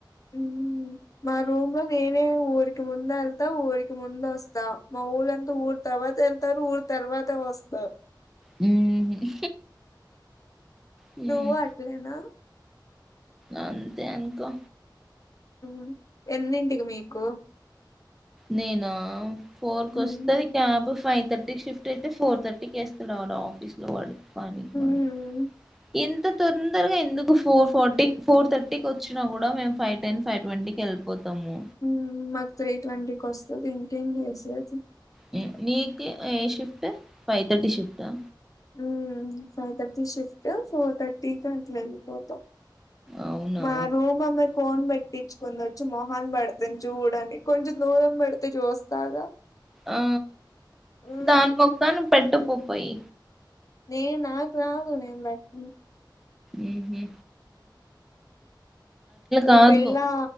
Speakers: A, on the left; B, in the centre.
A: మ్ మా రూమ్ లో వేరే ఊరి కి ముందు వెళ్తా ఊరికి ముంద వస్తా మా ఊళ్ళంతా ఊరు తర్వాత వెళ్తారు ఊరు తర్వాత వస్తావ్
B: హ్మ్. హ్మ్.
A: నువ్ అట్లే నా
B: అంతే ఇంకా
A: మ్ ఎన్నింటికి మీకు
B: నేనా ఫోర్ కు
A: మ్మ్
B: వస్తది క్యాబ్ ఫైవ్ తర్టీ టికీ షిఫ్ట్ అయితె ఫోర్ థర్టీ కి ఏస్తాడు వాడు ఆఫీస్ లొ వాడు పనికిమాలినొ
A: మ్మ్
B: ఇం ఇంత తొందరగా ఎందుకు ఫోర్ ఫార్టీ ఫోర్ థర్టీకి వచ్చినా కూడా మేము ఫైవ్ టెన్ ఫైవ్ ట్వంటీకి వెళ్ళిపోతాము
A: ఉం మాకు త్రీ ట్వంటీకి వస్తది ఇకేం చేసేది
B: హ్మ్. నీకు ఏ షిఫ్ట్ ఫైవ్ తర్టీ షిఫ్ట్ ఆ
A: ఉమ్ five thirty shift four thirty కి అట్ల వెళ్ళిపోతాం
B: అవునా!
A: మా రూమ్ అమ్మాయి కోన్ పెట్ పెట్టించుకుని వచ్చి మొహాన్ పెడతంది చూడమని కొంచెం దూరం పెడితే చూస్తాగా
B: ఆ
A: మ్మ్
B: దాని ముఖాన పెట్టు పో పోయి
A: నేను నాకు రాదు నేను పెట్టను
B: ఉహు
A: ఈ
B: కాదు.
A: పిల్లా